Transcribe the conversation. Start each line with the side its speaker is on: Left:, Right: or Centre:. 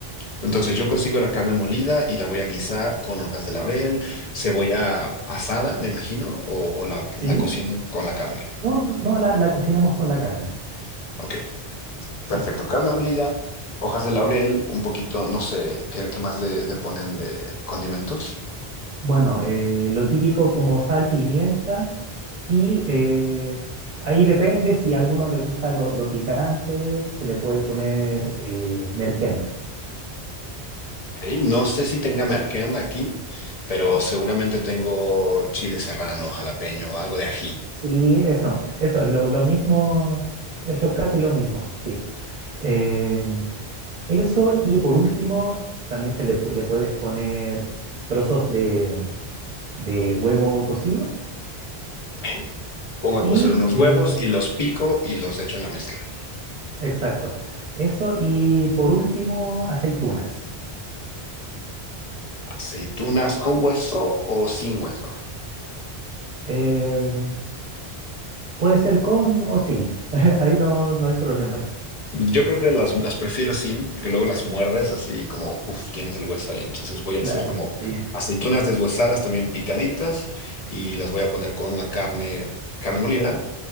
Left: Entonces yo consigo la carne molida y la voy a guisar con hojas de laurel, cebolla asada, me imagino, o, o la,
Right: ¿Sí?
Left: la cocino con la carne.
Right: No, no, no, la, la cocinamos con la carne,
Left: Ok,
Right: sí.
Left: perfecto. Carne molida, hojas de laurel, un poquito, no sé, ¿qué, qué más le, le ponen de condimentos?
Right: Bueno, eh, lo típico como sal, pimienta, y eh, ahí depende si a alguno le gusta lo, lo picante, se le puede poner eh, merquén.
Left: Ok, No sé si tenga merquén aquí, pero seguramente tengo chile serrano, jalapeño, algo de ají.
Right: Sí, eso, eso, es lo, lo mismo, es lo, casi lo mismo, sí. Eh, eso y por último, también se le, pu- le puedes poner trozos de, de huevo cocido
Left: Ok, Pongo a
Right: y,
Left: cocer unos
Right: eh,
Left: huevos y los pico y los echo en la mezcla.
Right: exacto, eso y por último, aceitunas.
Left: ¿Aceitunas con hueso o sin hueso?
Right: Eh, puede ser con o sin, <laughs> ahí no, no hay problema,
Left: Yo creo que las, las prefiero sin, porque luego las muerdes así como, uff, tienes el hueso ahí. Entonces voy a
Right: claro,
Left: hacer como
Right: sí,
Left: aceitunas deshuesadas también picaditas y las voy a poner con la carne, carne molida,